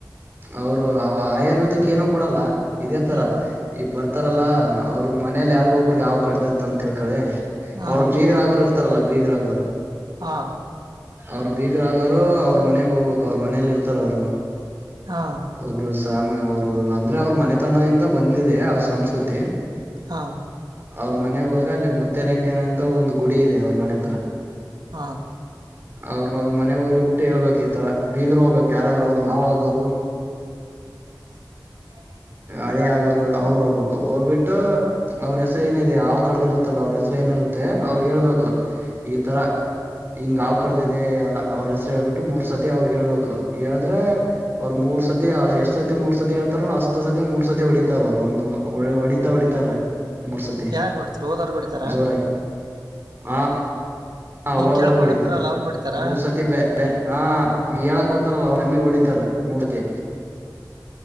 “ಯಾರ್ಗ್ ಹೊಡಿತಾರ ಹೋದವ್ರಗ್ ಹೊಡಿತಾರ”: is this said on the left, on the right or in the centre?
Right